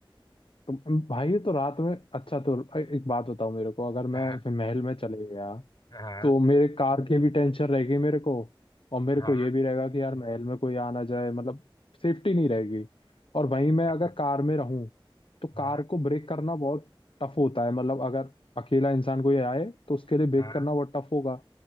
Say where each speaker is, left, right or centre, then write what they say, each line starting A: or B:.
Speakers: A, on the left (about 70°); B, on the left (about 50°).
A: तो भाई तो रात में अच्छा तो एक बात बताओ मेरे को अगर मैं
B: हाँ
A: महल में चले गया
B: हाँ
A: तो मेरे कार की भी टेंशन रहेगी मेरे को और मेरे
B: हाँ
A: को ये भी रहेगा कि यार महल में कोई आ ना जाए मतलब सेफ्टी नहीं रहेगी और वहीं मैं
B: अच्छा
A: अगर कार में रहूं तो
B: हाँ
A: कार को ब्रेक करना बहुत टफ होता है मतलब अगर अकेला इंसान कोई आए तो उसके लिए ब्रेक
B: हाँ
A: करना बहुत टफ होगा